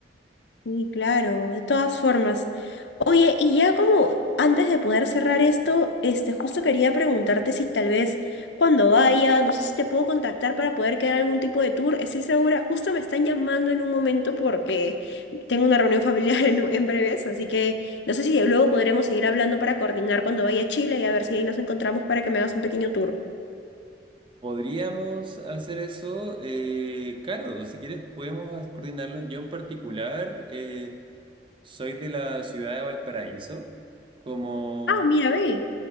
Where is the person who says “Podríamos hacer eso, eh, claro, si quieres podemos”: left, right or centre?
Right